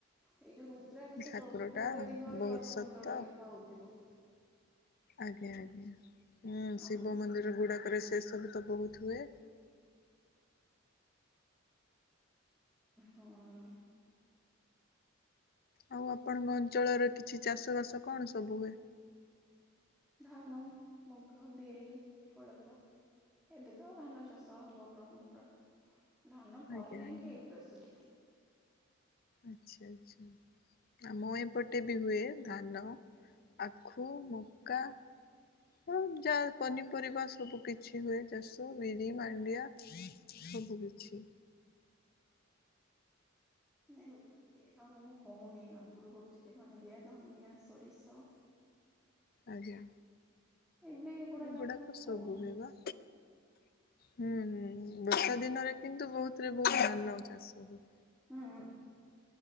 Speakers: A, in the centre; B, on the left (about 45°).
A: ଏଇ ଯୋଉ ରୁଦ୍ରାଭିଷେକ
B: ଠାକୁର
A: ଗୋଟେ
B: ଟା
A: ଗୋଟେ ଦିନରେ
B: ବହୁତ
A: ଦଶ
B: ସତ
A: ପନ୍ଦରଟା ଲେଖା ହଉଥିବ।
B: ଆଜ୍ଞା ଆଜ୍ଞା,
A: ତାପରେ
B: ଶିବ ମନ୍ଦିର ଗୁଡ଼ାକରେ ସେ ସବୁ ତ ବହୁତ୍ ହୁଏ।
A: ହଁ।
B: ଆଉ ଆପଣଙ୍କ ଅଞ୍ଚଳରେ କି ଛି ଚାଷ ବାସ କଣ ସବୁ ହୁଏ?
A: ଧାନ, ମୁଗ, ବିରି, କୋଳଥ। ଏବେ ତ ଧାନ ଚାଷ ହବ। ପ୍ରମୁଖ, ଧାନ ପରେ
B: ଆଜ୍ଞା
A: ଯାଇକି
B: ଆଜ୍ଞା
A: ଏଗୁରା ସବୁ।
B: ଆଚ୍ଛା ଆଚ୍ଛା। ଆମ ଏପଟେ ବି ହୁଏ ଧାନ, ଆଖୁ, ମକା ହଉ ଯା ପନିପରିବା ସବୁ କିଛି ହୁଏ ଚାଷ ବିରି ମାଣ୍ଡିଆ ସବୁ କିିଛି।
A: ନାଇଁ ମାଣ୍ଡିଆ ଆଉ ହଉନି ଆଗୁରୁ କରୁଥିଲି ମାଣ୍ଡିଆ ଧନିଆ ସୋରିଷ
B: ଆଜ୍ଞା।
A: ଏବେ। ଏଗୁଡା
B: ଏଗୁଡାକ
A: କାଇଁ ଆଉ
B: ସବୁ
A: ହଉନି
B: ହୁଏ ବା। ହୁଁ ହୁଁ ବର୍ଷା ଦିନରେ କିନ୍ତୁ ବହୁତରେ ବହୁତ ଧାନ ଚାଷ ହୁଏ।
A: ହଁ।